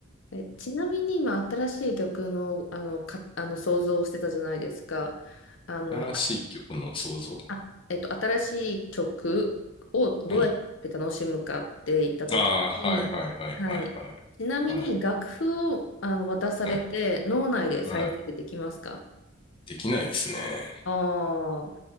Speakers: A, on the left; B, on the left.
A: え、ちなみに今、新しい曲の、あの、か、あの想像をしてたじゃないですか。あの、
B: 新しい曲の創造
A: あ、えっと、新しい曲をどうやって楽しむかって言ったときに、
B: はい。ああ、はいはいはいはいはい。
A: はい。ちなみに楽譜をあの渡されて脳内で再生できますか
B: はいはいはい。できないですね。
A: ああ